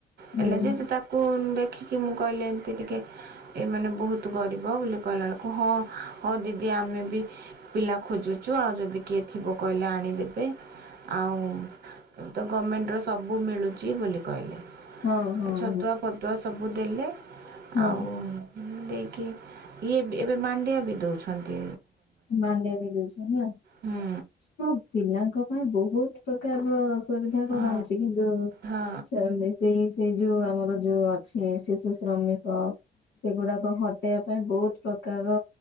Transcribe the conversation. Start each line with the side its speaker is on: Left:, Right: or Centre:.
Left: ହୁଁ,
Right: ହେଲେ ଯେ
Left: ହୁଁ,
Right: ସେ ତାକୁ ଦେଖିକି ମୁଁ କହିଲି ଏମିତି ଟିକେ ଏମାନେ ବହୁତ ଗରିବ ବୋଲି କହିଲା ବେଳକୁ ହଁ ହଁ ଦିଦି ଆମେ ବି। ପିଲା ଖୋଜୁଛୁ ଆଉ ଯଦି କିଏ ଥିବ କହିଲେ ଆଣିଦେବେ। ଆଉ ଶେ ତ ଗମେଣ୍ଟର ସବୁ ମିଳୁଛି ବୋଲି କହିଲେ।
Left: ହଁ, ହଁ,
Right: ଛତୁଆ
Left: ହଁ,
Right: ଫତୁଆ ସବୁ ଦେଲେ
Left: ହଁ
Right: ଆଉ ଦେଇକି ଇଏବି ଏବେ ମାଣ୍ଡିଆ ବି ଦଉଛନ୍ତି।
Left: ମାଣ୍ଡିଆ ବି ଦଭଛନ୍ତି ହେଲା।
Right: ହୁଁ
Left: ତ ପିଲାଙ୍କ ପାଇଁ ବହୁତ ପ୍ରକାରର ସୁବିଧା
Right: ହଁ
Left: କରାହଉଛି କିନ୍ତୁ
Right: ହଁ
Left: ସେମା ସେଇ ସେଇ ଯୋଉ ଆମର ଯୋଉ ଅଛି ଶିଶୁ ଶ୍ରମିକ ସେଗୁଡାକ ହଟେଇବା ପାଇଁ ବହୁତ ପ୍ରକାର